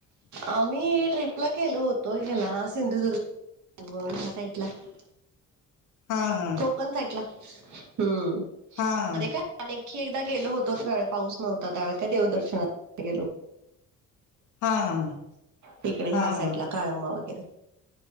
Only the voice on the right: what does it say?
आम्ही ट्रिपला क गेलो होतो ह्याला सिंधुदुर्ग <unintelligible>
पण साईटला हम्म.
मध्ये काय आणखी एकदा गेलो होतोच त्यावेळी पाऊस नव्हता त्यावे काय देवदर्शना गेलो.
तिकडे ह्या
साईड
ला काळंबा वगैरे